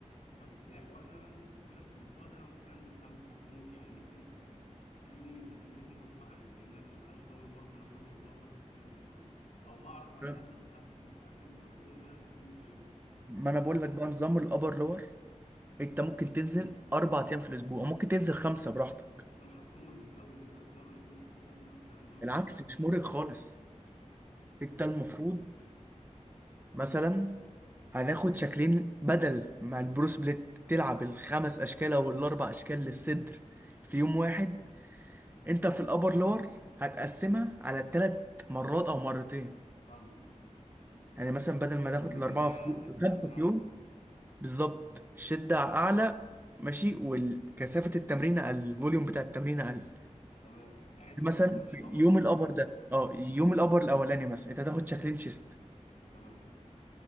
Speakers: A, on the left (about 70°); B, on the right (about 15°).
A: بس حوار ان انا انزل ست ايام في الاسبوع ده انا ممكن انزل خمسه ممكن يعني ممكن في يوم يتاكل مني غصب عني لان انا مبقاش ضامن برضه ان انا كل اسبوع فاضي ست ايام كلهم او هعرف على
B: تمام.
A: الاقل اخد الساعتين بتوع اليوم دول انزل فيهم الجيم
B: ما
A: فاهم
B: انا بقول لك بقى نظام الابر لور انت ممكن تنزل اربع ايام في الاسبوع وممكن تنزل خمسة براحتك
A: بس انا حاسه مرهق قوي ان انت بتمرن الجزء اللي فوق كله في تمرينه واحده
B: بالعكس مش مرهق خالص انت المفروض مثلا هناخد شكلين بدل ما البرو سبليت تلعب الخمس اشكال او الاربع اشكال للصدر في يوم واحد انت في الابر لور هتقسمها على ثلاث مرات او مرتين
A: فاهمك
B: يعني مثلا بدل ما تاخد
A: المجاميع
B: الأربعة في
A: اقل
B: يوم
A: بتمارين
B: الخمسة في
A: اقل
B: يوم بالظبط الشدة أعلى ماشي والكثافة التمرين أقل الفوليوم بتاع التمرين أقل
A: تمام يعني انت
B: مثلا
A: تنصحني
B: في
A: بابر
B: يوم
A: لور
B: الأبر ده اه يوم الأبر الأولاني مثلا أنت هتاخد شكلين شيست
A: تمام